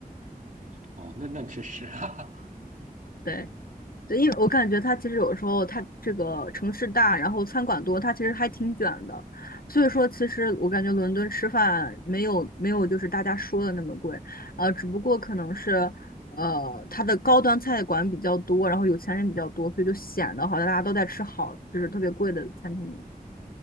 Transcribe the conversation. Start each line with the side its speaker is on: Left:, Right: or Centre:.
Right: 哦，那那确实，<laughs> 哈哈。
Left: 对。对，因为我感觉它其实有时候它这个城市大，然后餐馆多，它其实还挺卷的。所以说，其实我感觉伦敦吃饭没有没有就是大家说的那么贵，呃，只不过可能是呃它的高端菜馆比较多，然后有钱人比较多，所以就显得好像大家都在吃好，就是特别贵的餐厅一样。